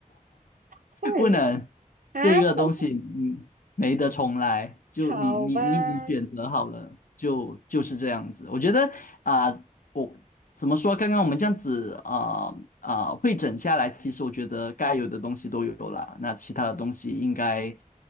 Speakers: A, on the right; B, on the left.
A: 换一个
B: 不能
A: 啊，
B: 这个东西，
A: 不能换，
B: 嗯，没得重来。就你你你已经选择好了，
A: 好吧？
B: 就就是这样子。我觉得啊、我怎么说？刚刚我们这样子啊啊、会诊下来，其实我觉得该有的东西都有了，那其他的东西应该